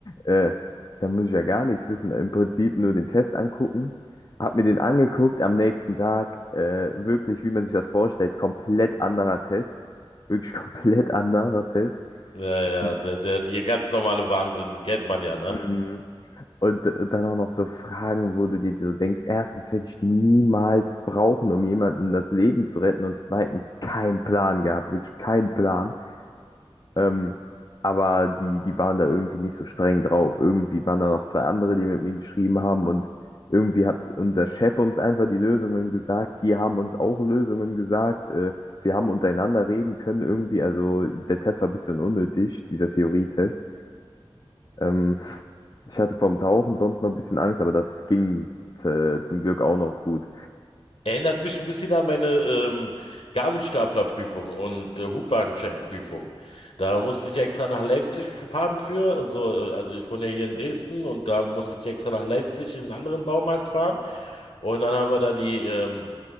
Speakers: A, on the left; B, on the left.
A: äh, da muss ich ja gar nichts wissen. Im Prinzip nur den Test angucken. Hab mir den angeguckt am nächsten Tag. Äh, wirklich, wie man sich das vorstellt, komplett anderer Test. Wirklich <laughs> komplett anderer Test.
B: Ja, ja,
A: Die,
B: der, der, der ganz normale Wahnsinn, kennt man ja, ne?
A: mm, Und d- dann auch noch so Fragen, wo du dir so denkst, erstens werde ich die niemals brauchen, um jemanden das Leben zu retten und zweitens keinen Plan gehabt, wirklich keinen Plan. Ähm, aber die, die waren da irgendwie nicht so streng drauf. Irgendwie waren da noch zwei andere, die mit mir geschrieben haben und irgendwie hat unser Chef uns einfach die Lösungen gesagt, die haben uns auch Lösungen gesagt. Äh, wir haben untereinander reden können irgendwie. Also der Test war ein bisschen unnötig, dieser Theorietest. Ähm, ich hatte vom Tauchen sonst noch ein bisschen Angst, aber das ging äh, zum Glück auch noch gut.
B: Erinnert mich ein bisschen an meine ähm, Gabelstaplerprüfung und äh, Hubwagenscheinprüfung. Da musste ich extra nach Leipzig fahren für. Also, äh, also ich wohne ja hier in Dresden und da musste ich extra nach Leipzig in einen anderen Baumarkt fahren. Und dann haben wir da die ähm,